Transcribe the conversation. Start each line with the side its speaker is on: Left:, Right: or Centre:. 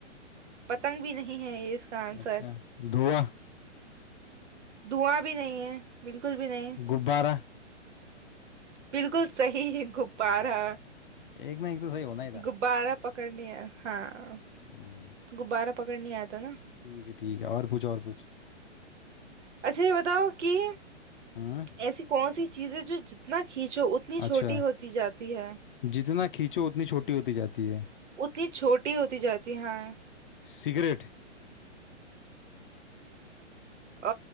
Right: पतंग भी नहीं है ये इसका आंसर
Left: अच्छा धुआं
Right: धुआं भी नहीं है बिल्कुल भी नहीं
Left: गुब्बारा
Right: बिल्कुल सही <laughs> गुब्बारा
Left: हाँ एक ना एक तो सही होना ही था
Right: गुब्बारा पकड़ने आ- हाँ
Left: हम्म
Right: गुब्बारा पकड़ने आता ना
Left: ठीक है ठीक है और पूछ और पूछ
Right: अच्छा ये बताओ कि
Left: हम्म
Right: ऐसी कौन सी चीज है जो जितना खींचो उतनी
Left: अच्छा
Right: छोटी होती जाती है
Left: जितना खींचो उतनी छोटी होती जाती है
Right: उतनी छोटी होती जाती है हाँ
Left: सिगरेट
Right: अ,